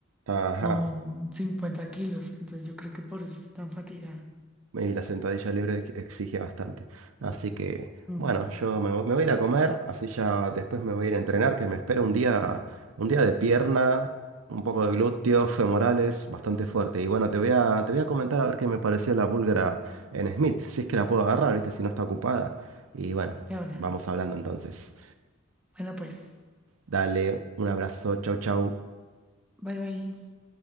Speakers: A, on the right; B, in the centre.
A: Ajá.
B: con 50 kilos, entonces yo creo que por eso estoy tan fatigada.
A: Y la sentadilla libre ex- exige bastante. Así que,
B: Mm,
A: bueno, yo me, vo- me voy a ir a comer, así ya después me voy a ir a entrenar, que me espera un día, un día de pierna, un poco de glúteos, femorales, bastante fuerte. Y bueno, te voy a, te voy a comentar a ver qué me pareció la búlgara en Smith, si es que la puedo agarrar, ¿viste? Si no está ocupada. Y bueno,
B: De ahora.
A: vamos hablando entonces.
B: Bueno, pues,
A: Dale, un abrazo, chau, chau.
B: bye bye.